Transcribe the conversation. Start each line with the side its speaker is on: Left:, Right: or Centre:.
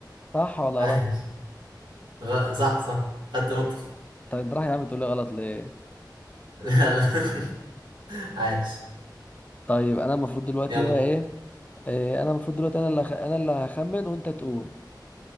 Left: صح ولا
Right: عايش
Left: غلط
Right: غ- صح صح خدت نقطة <laughs>
Left: طيب راح يا عم تقول لي غلط ليه
Right: لا لا <laughs> عايش
Left: طيب انا المفروض دلوقتي
Right: يلا
Left: بقى ايه إيه انا المفروض دلوقتي انا اللي أخ... انا اللي هخمن وانت تقول